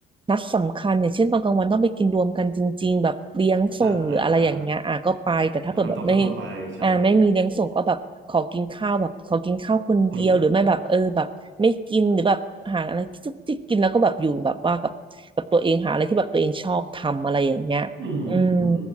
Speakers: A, on the right; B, on the right.
A: นัดสำคัญอย่างเช่นตอนกลางวันต้องไปกินรวมกันจริงๆแบบเลี้ยงส่งหรืออะไรอย่างเงี้ยอ่ะก็ไปแต่ถ้าเผื่อแบบไม่
B: ่าอ่าอ่าอ่าก็ต้องก็ต้องไปใช่
A: อ่าไม่มีเลี้ยงส่งก็แบบขอกินข้าวแบบขอกินข้าวคนเดียวหรือไม่แบบเออแบบไม่กินหรือแบบหาอะไรที่จุกจิกกินแล้วก็แบบอยู่แบบว่ากับกับตัวเองหาอะไรที่แบบตัวเองชอบทำอะไรอย่างเงี้ยอืม
B: คนอืมอืม